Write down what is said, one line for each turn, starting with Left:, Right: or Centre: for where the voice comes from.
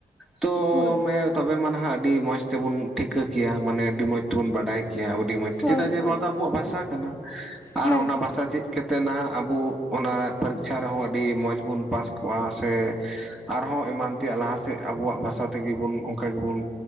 Centre: ᱛᱚ
Left: ᱦᱳᱭ
Centre: ᱛᱚᱵᱮ ᱢᱟ ᱱᱟᱦᱟᱜ ᱟᱹᱰᱤ ᱢᱚᱸᱡᱽ ᱛᱮᱵᱚᱱ ᱴᱷᱤᱠᱟᱹ ᱠᱮᱭᱟ ᱾ ᱢᱟᱱᱮ ᱟᱹᱰᱤ ᱢᱚᱸᱡᱽ ᱛᱮᱵᱚᱱ ᱵᱟᱰᱟᱭ ᱡᱮ ᱟᱹᱰᱤ ᱢᱚᱡ
Left: ᱦᱳᱭ
Centre: ᱪᱮᱫᱟᱜ
Left: ᱦᱳᱭ
Centre: ᱡᱮ ᱱᱚᱣᱟ ᱫᱚ ᱟᱵᱚᱣᱟᱜ ᱵᱷᱟᱥᱟ ᱠᱟᱱᱟ ᱾ ᱟᱨ
Left: ᱦᱮᱸ
Centre: ᱚᱱᱟ ᱵᱷᱟᱥᱟ ᱪᱮᱫ ᱾ ᱠᱟ ᱠᱟᱛᱮ ᱱᱟᱦᱟᱜ ᱟᱵᱚ ᱚᱱᱟ ᱯᱚᱨᱤᱠᱷᱟ ᱨᱮᱦᱚᱸ ᱟᱹᱰᱤ ᱢᱚᱡᱽ ᱵᱚᱱ ᱯᱟᱥ ᱥᱮ ᱟᱨᱦᱚᱸ ᱮᱢᱟᱱ ᱛᱮᱭᱟᱜ ᱞᱟᱦᱟ ᱥᱮᱫ ᱟᱵᱚᱣᱟᱜ ᱵᱷᱟᱥᱟ ᱛᱮᱜᱮ ᱵᱚᱱ ᱚᱱᱠᱟ ᱜᱮᱵᱚᱱ